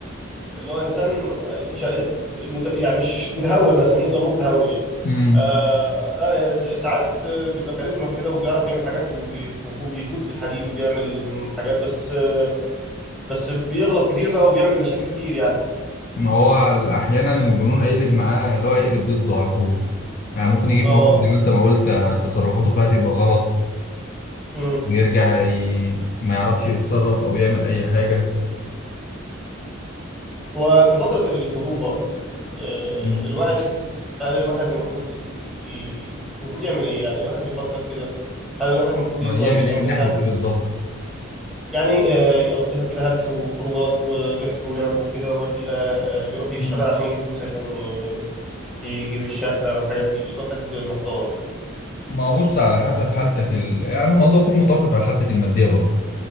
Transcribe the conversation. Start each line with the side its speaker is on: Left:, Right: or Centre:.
Centre: اللي هو انسان شا- مت- يعني مش متهور مثلا نقدر نقول متهور يعني
Left: امم
Centre: آه آه يعني س- ساعات آه، بيبقى كاريزما كده وبيعرف يعمل حاجات وبي- وبيفوت في الحديد وبيعمل حاجات بس آه، بس بيغلط كتير بقى وبيعمل مشاكل كتير يعني
Left: ما هو احيانا الجنون هيقلب معاه اللي هو هيقلب ضده على طول يعني ممكن يجي
Centre: اه
Left: في موقف زي ما انت ما قلت آه، تصرفاته فيها تبقى غلط
Centre: امم
Left: يرجع ي... ما يعرفش يتصرف او يعمل اي حاجة
Centre: هو في فترة الخطوبة آه
Left: امم
Centre: الواحد هل الواحد المفروض ي... ي- المفروض يعمل ايه يعني الواحد بيفكر كده هل الواحد المفروض
Left: ما
Centre: يفضل
Left: يعمل
Centre: يقضيها
Left: ايه من ناحية ايه بالظبط؟
Centre: يعني آه، يقضيها كده هلس وخروجات وضحك ولعب وكده ولا آه، يروح يشتغل
Left: امم
Centre: عشان يجيب فلوس عشان ي- يجيب الشقة والحاجات دي الواحد محتار يعني
Left: ما هو بص على حسب حالتك ال... يعني الموضوع كله متوقف على حالتك المادية برضه